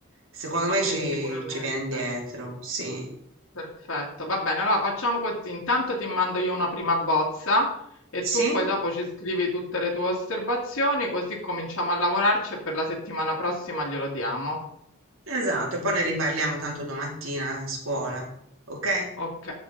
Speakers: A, on the right; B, on the left.
A: Secondo me
B: Sì,
A: ci,
B: sicuramente.
A: ci viene dietro, sì.
B: Perfetto, va bene. Allora facciamo così. Intanto ti mando io una prima bozza e tu
A: Sì,
B: poi dopo ci scrivi tutte le tue osservazioni, così cominciamo a lavorarci e per la settimana prossima glielo diamo.
A: esatto, e poi ne riparliamo tanto domattina a scuola, ok?
B: Ok.